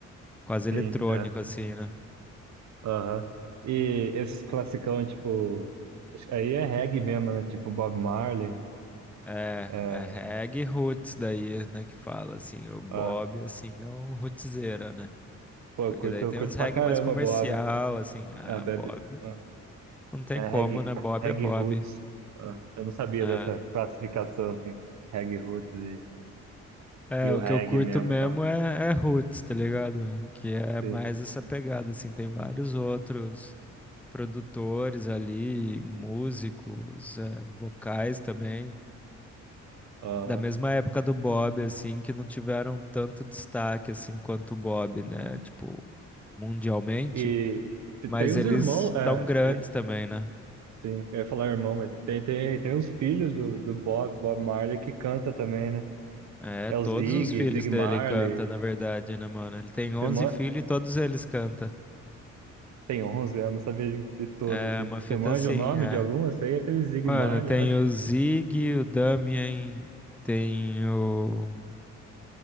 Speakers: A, in the centre; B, on the right.
A: Quase eletrônico,
B: sim, é.
A: assim, né?
B: Aham. E esses classicão, tipo. acho que Aí é reggae mesmo, né? Tipo Bob Marley.
A: É,
B: É.
A: é reggae roots daí, né, que fala, assim, o Bob,
B: Ah,
A: assim, é um rootzeira, né?
B: pô, eu
A: Porque
B: curto,
A: daí
B: eu
A: tem
B: curto
A: uns
B: pra
A: reggae
B: caramba,
A: mais comercial,
B: Bob.
A: assim, ah,
B: É, Bebe.
A: Bob.
B: ah,
A: Não tem
B: É
A: como,
B: reggae,
A: né? Bob
B: reggae
A: é Bob.
B: roots. Ah, eu não sabia
A: É.
B: dessa classificação, assim. Reggae roots e,
A: É,
B: e o
A: o
B: reggae
A: que eu curto
B: mesmo,
A: mesmo
B: tá?
A: é, é Roots, tá ligado? Que é
B: Sim.
A: mais essa pegada, assim, tem vários outros produtores ali, músicos, é, vocais também,
B: Aham.
A: da mesma época do Bob, assim, que não tiveram tanto destaque, assim, quanto o Bob, né? Tipo, mundialmente,
B: E te-
A: mas
B: tem os
A: eles
B: irmãos, é,
A: tão grandes
B: ir-
A: também, né?
B: sim, eu ia falar irmão, mas tem, tem, tem os filhos do, do Bob, Bob Marley que canta também, né?
A: É,
B: É o
A: todos
B: Zig,
A: os filhos
B: Zig
A: dele
B: Marley,
A: cantam, na verdade, né, mano? Ele tem 11
B: você man...
A: filhos e todos eles cantam.
B: tem 11 anos, sabia de, de todos,
A: É
B: assim.
A: uma fita
B: Você manja
A: assim,
B: o nome
A: é.
B: de algum? Eu sei aquele Zig
A: Mano,
B: Marley,
A: tem
B: acho.
A: o Zig, o Damien, tem o.